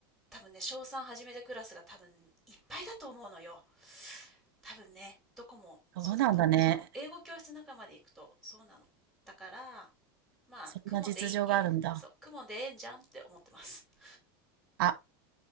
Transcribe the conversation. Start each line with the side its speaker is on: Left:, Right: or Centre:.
Centre: 多分ね、小3始めてクラスが多分いっぱいだと思うのよ。多分ね、どこもそうだと思う。
Right: そうなんだね。
Centre: その英語教室仲間で行くとそうなの。だから、まあ、
Right: そんな実情があるんだ。
Centre: クモンでいい、いいそう、クモンでええんじゃんって思ってます。<laughs>
Right: あ、